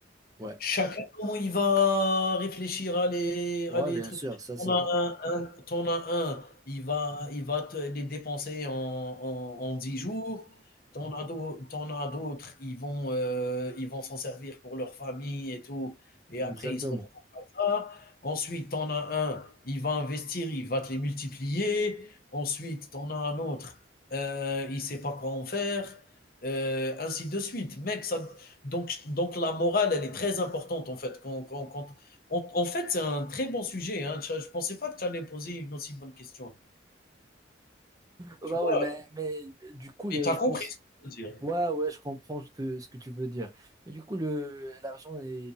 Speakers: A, on the right; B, on the left.
A: Ouais.
B: Chacun, comment il va réfléchir à les
A: Ouais,
B: à les
A: bien
B: trucs.
A: sûr, ça c'est
B: T'en en as un un tu as un, il va il va te les dépenser en en en 10 jours. T'en en as d'au tu as d'autres, ils vont, heu, ils vont s'en servir pour leur famille et tout et
A: exactement.
B: après ils se retrouvent comme ça. Ensuite, t'en en as un, il va investir, il va te les multiplier. Ensuite, t'en en as un autre, heu, il sait pas quoi en faire, heu, ainsi de suite. Mec, ça donc, donc la morale, elle est très importante en fait. Quand, quand, quand, en, en fait, c'est un très bon sujet. Hein. Je ne pensais pas que tu allais poser une aussi bonne question.
A: Bah
B: Tu vois,
A: ouais, mais, mais du coup, le-
B: mais tu as
A: je
B: compris
A: pense
B: ce que je veux dire.
A: Ouais, ouais, je comprends ce que, ce que tu veux dire. Mais du coup, le, l'argent est,